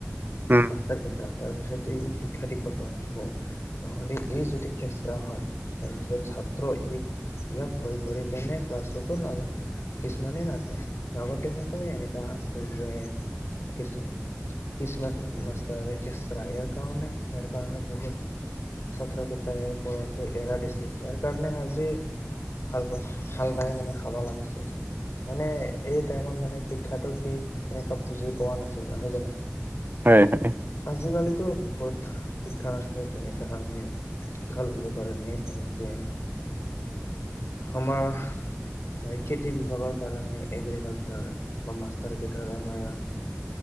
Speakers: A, on the right (about 45°); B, on the left (about 70°).
A: উম
B: মাষ্টাৰ কেইটা তাৰ পিছতে ই শিক্ষা দিব পাৰিব নহলে এই যদি খেচৰা হয় তাৰপিছত ছাত্ৰ ই ইয়াক ভয় কৰি কিনে ক্লাছতো নাযা কিছুমানে নাযায় আগত তেনেকাই এনেকা আছিল যে কিছু কিছুমান মাষ্টাৰ খেশ্ৰা ইয়াৰ কাৰণে- ইয়াৰ কাৰণে বহুত ছাত্ৰ কেইটাই পঢ়াটো এৰা দিছে, ইয়াৰ কাৰণে আজি হাল বা - হাল বাই মানে খাবা লাগছে। মানে এই টাইমত মানে শিক্ষাটো কি এনেকা বুজি পোৱা নাছিল নহয় জানো।
A: হয় - হয়।
B: আজিকালিতো বহুত শিক্ষা আছে যেনেকা আমি শিক্ষা লবৰ কাৰণে যে আমাৰ হয় খেতি বিভাগৰ কাৰণে এগ্ৰিকালচাৰ বা মাষ্টৰ কেইটাৰ আমাৰ